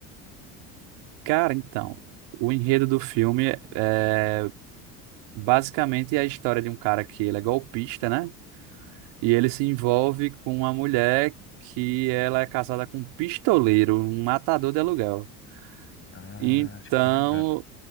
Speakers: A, on the right; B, on the left.
A: Cara, então. O enredo do filme é basicamente é a história de um cara que ele é golpista, né? E ele se envolve com uma mulher que ela é casada com um pistoleiro, um matador de aluguel.
B: Ah,
A: Então,
B: acho que eu tô lembrando.